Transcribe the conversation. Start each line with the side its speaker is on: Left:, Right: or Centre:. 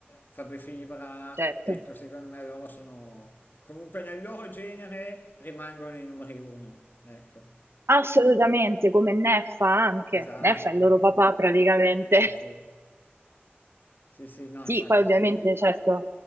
Left: Fabri Fibra,
Right: certo.
Left: ecco, secondo me loro sono, comunque nel loro genere rimangono i numeri uno, ecco,
Right: Assolutamente, come Neffa anche.
Left: esatto,
Right: Neffa è il loro papà praticamente.
Left: sì,
Right: <laughs>
Left: sì, sì, sì, no,
Right: Sì,
Left: infatti
Right: poi ovviamente,
Left: sì, sì. sì.
Right: certo,